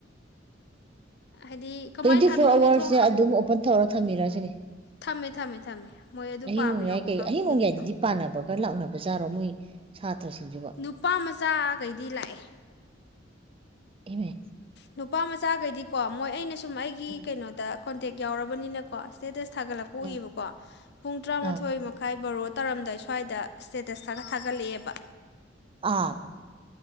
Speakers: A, on the left (about 60°); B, on the right (about 30°).
A: ꯍꯥꯏꯗꯤ ꯀꯃꯥꯏꯅ
B: ꯇ꯭ꯋꯦꯟꯇꯤ
A: ꯊꯥꯗꯣꯛꯑꯝꯅꯤ
B: ꯐꯣꯔ ꯑꯋꯥꯔꯁꯁꯦ
A: ꯊꯣꯡ
B: ꯑꯗꯨꯝ ꯑꯣꯄꯟ ꯇꯧꯔ ꯊꯝꯕꯤꯔꯁꯤꯅꯦ
A: ꯊꯝꯃꯦ ꯊꯝꯃꯦ ꯊꯝꯃꯦ ꯃꯣꯏ ꯑꯗꯨ
B: ꯑꯍꯤꯡ
A: ꯄꯥꯕ
B: ꯅꯣꯡꯌꯥꯏ
A: ꯌꯥꯎꯕ
B: ꯀꯩ
A: ꯀꯥꯡꯕꯨꯒꯤꯗꯤ
B: ꯑꯍꯤꯡ ꯅꯣꯡꯌꯥꯏꯗꯗꯤ ꯄꯥꯅꯕꯒ ꯂꯥꯛꯅꯕꯖꯥꯔꯣ ꯃꯣꯏ ꯁꯥꯇ꯭ꯔꯁꯤꯡꯁꯤꯕꯣ
A: ꯅꯨꯄꯥ ꯃꯆꯥꯈꯩꯗꯤ ꯂꯥꯛꯑꯦ
B: ꯏꯃꯦ
A: ꯅꯨꯄꯥ ꯃꯆꯥꯈꯩꯗꯤꯀꯣ ꯃꯣꯏ ꯑꯩꯅ ꯁꯨꯝ ꯑꯩꯒꯤ
B: ꯎꯝ
A: ꯀꯩꯅꯣꯗ ꯀꯣꯟꯇꯦꯛ ꯌꯥꯎꯔꯕꯅꯤꯅꯀꯣ ꯁ꯭ꯇꯦꯇꯁ ꯊꯥꯒꯠꯂꯛꯄ
B: ꯎꯝ
A: ꯎꯏꯌꯦꯕꯀꯣ ꯄꯨꯡ ꯇꯔꯥꯃꯥꯊꯣꯏ
B: ꯑꯥ
A: ꯃꯈꯥꯏ ꯕꯥꯔꯣ ꯇꯧꯔꯝꯗꯥꯏ ꯁ꯭ꯋꯥꯏꯗ ꯏꯁꯇꯦꯇꯁ ꯊꯥꯒꯠ ꯊꯥꯒꯠꯂꯛꯑꯦꯕ
B: ꯑꯥ